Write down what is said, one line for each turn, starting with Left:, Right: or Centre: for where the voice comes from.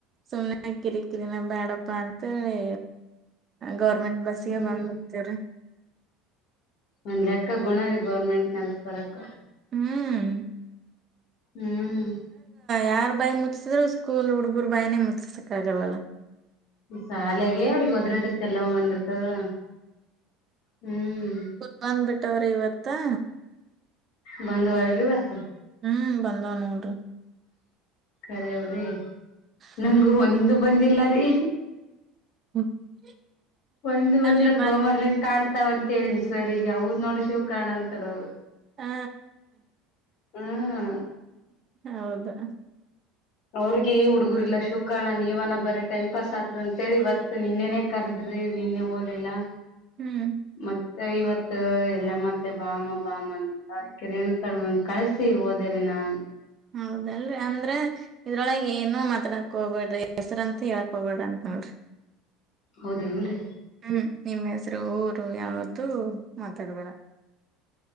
Right: ಸುಮ್ನೆ ಹ ಕಿರಿ ಕಿರಿನ ಬೇಡಪ್ಪಾ ಅಂತೇಳಿ ಗೌರ್ಮೆಂಟ್ ಬಸ್
Left: ಹ್ಮ್
Right: ಗೆ ಬಂದ್ಬಡ್ತೇವ್ರೀ
Left: ಒಂದ್ ಲೆಕ್ಕ ಗುಣ ರೀ ಗೌರ್ಮೆಂಟ್ ನದಕ್ ಬರಕ್ಕ
Right: ಹ್ಮ್
Left: ಹ್ಮ್
Right: ಯಾರ್ ಬಾಯಿ ಮುತ್ಸಿದ್ರು ಸ್ಕೂಲ್ ಹುಡುಗರು ಬಾಯನೇ ಮುತ್ಸಕ್ ಆಗಲ್ಲಲ್ಲ
Left: ಶಾಲೆಗೆ ಅವ್ರಗ್ ಹದ್ರದ್ರ ಕೆಲ್ಲವ ಬಂದಿರ್ತದ ಹ್ಮ್
Right: ಬಂದ್ಬಿಟ್ಟವ್ರ ಇವತ್ತಾ
Left: ಬಂದ್ ಒಲ್ರಿವತ್ತು
Right: ಹ್ಮ್ ಬಂದಾವ ನೋಡ್ರಿ
Left: ಕರವ್ರಿ
Right: ಹ್ಮ್
Left: ನಂಗು ಒಂದು ಬಂದಿಲ್ಲ ರೀ
Right: <unintelligible>
Left: ಒಂದು ಬಂದಿಲ್ಲ
Right: ಅಲ್ಲ ಮತ್
Left: ಸೋಮಾರ ನಿಂದ ಕಾಣು ಅತಾವ ಅಂತ ಹೇಳನ್ಸರ್ ಈಗ ಅವ್ ನೋಡ್ ಶಿವ ಕಣ ಅಂತಾರ ಅವರು
Right: ಹಾ
Left: ಹ್ಮ್
Right: ಹೌದಾ
Left: ಅವ್ರಗ ಹುಡುಗರ್ ಇಲ್ಲ ಶಿವ ಕರ್ಣ ನೀವ ಅನ ಬರಿ ಟೈಮ್ ಪಾಸ್ ಆದತದ ಅಂತೇಳಿವತ್ ನಿನ್ನೆನೆ ಕರ್ದ್ರಿ ನೀನ್ನೆ ಓಲಿಲ್ಲಾ
Right: ಹ್ಮ್
Left: ಮತ್ತ ಇವತ್ ಎಲ್ಲ ಮತ್ಲೆ ಬಾಮ ಬಾಮ ಅಂತ ಕಿಣ ಕಣ ಕಳಿಸಿ ಹೋದರೆ ನಾ
Right: ಹೌದಲ್ರಿ ಅಂದ್ರೆ ಇದ್ರೊಳಗೆ ಏನು ಮಾತಾಡಕ್ ಹೋಗಬೇಡ್ರಿ ಹೆಸರಂತ ಹೇಳಕ್ ಹೋಗಬಡ್ರ ಅಂತ ನೋಡ್ರಿ
Left: ಹೌದೇನ್ರರಿ
Right: ಹ್ಮ್ ನಿಮ್ಮ್ ಹೆಸರು ಊರು ಯಾವ್ದು ಮಾತಾಡ್ಬೇಡ